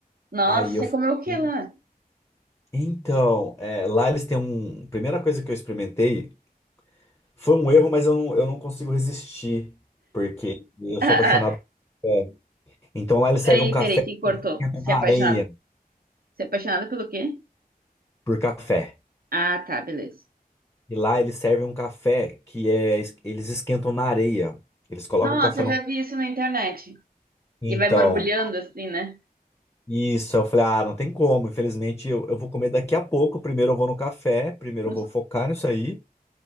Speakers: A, on the right (about 70°); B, on the left (about 20°).
A: Nossa,
B: Aí
A: você
B: eu fiquei.
A: comeu o que lá? <laughs>
B: Então, é, lá eles têm um. Primeira coisa que eu experimentei. Foi um erro, mas eu não, eu não consigo resistir, porque eu
A: Ah,
B: sou apaixonado
A: ah,
B: por café. Então lá eles
A: peraí,
B: servem um café
A: peraí,
B: que
A: que cortou.
B: esquenta
A: Você
B: na
A: é apaixonado?
B: areia,
A: Você é apaixonado pelo quê?
B: por café.
A: Ah, tá, beleza.
B: E lá eles servem um café que é, es- eles esquentam na areia. Eles colocam
A: Nossa,
B: café
A: eu
B: no.
A: já vi isso na internet.
B: Então,
A: E vai borbulhando assim, né?
B: isso, eu falei, ah, não tem como, infelizmente eu, eu vou comer daqui a pouco. Primeiro eu vou no café, primeiro
A: Não-
B: eu vou focar nisso aí,